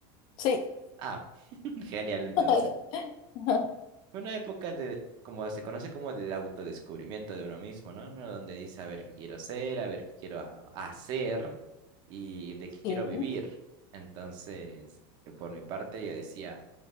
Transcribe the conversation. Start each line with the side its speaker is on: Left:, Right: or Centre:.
Left: sí.
Right: Ah, <laughs> genial entonces.
Left: <laughs>
Right: Fue una época de, como se conoce como del autodescubrimiento de uno mismo, ¿no? Uno donde dice a ver qué quiero ser, a ver qué quiero ha- hacer y de qué
Left: Sí,
Right: quiero vivir. Entonces, eh, por mi parte, yo decía,